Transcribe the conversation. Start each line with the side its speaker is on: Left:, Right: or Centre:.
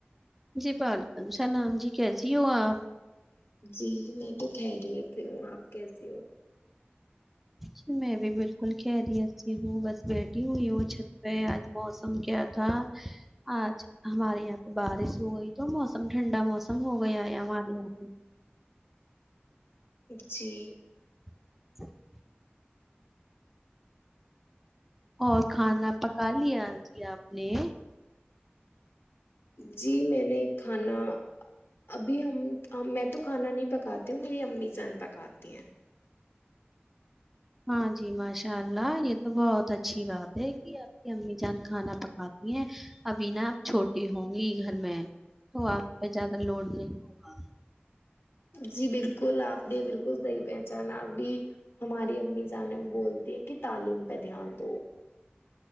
Centre: جی وعلیکم سلام جی کیسی ہو آپ
Left: جی میں تو خہریت ہوں آپ کیسیے ہو
Centre: اچ میں بھی بالکل خہریسی ہوں بس بیٹھی ہوئی ہوںھ آج موسم کیا تھا آج ہمارے یہاں بارش ہو گئی تو موسم ٹھنڈا موسم ہو گیا ہے ہمارے یہاں
Left: جی
Centre: <inaudible> اور کھانا پکا لیا جی آپ نے
Left: جی میں نے کھانا ابھی ہم میں تو کھانا نہیں پکاتی ہوں میری امی جان پکاتی ہیں
Centre: ہاں جی بشا ان شاء اللہ یہ تو بہت اچھی بات ہے کہ آپ کی امی جان کھانا پکاتی ابھی نا آپ چھوٹی ہوں گی گھر میں تو آپ کا زیادہ لوڈ نہیں ہوگا
Left: جی بالکل آپ نے بالکل صحی پہچانا ابھی ہماری امی جانے وہ بولتی ہیں کہ تعلیم پہ دھیان دو